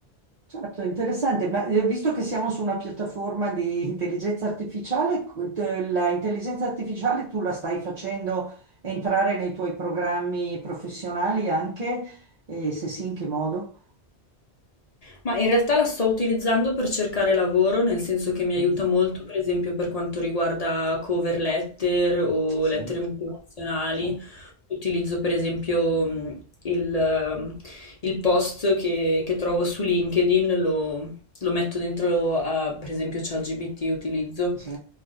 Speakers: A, on the right (about 45°); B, on the left (about 40°).
A: Certo, interessante, ma eh, visto che siamo su una piattaforma di intelligenza artificiale, co- te- la intelligenza artificiale tu la stai facendo entrare nei tuoi programmi professionali anche? E se sì, in che modo?
B: Ma in realtà la sto utilizzando per cercare lavoro, nel senso che mi aiuta
A: Mm,
B: molto, per esempio, per quanto riguarda cover letter o
A: sì,
B: lettere motivazionali.
A: sì,
B: Utilizzo, per esempio, mh, il, ehm, il post che, che trovo su LinkedIn, lo, lo metto dentro a, per esempio, ChatGPT utilizzo
A: sì,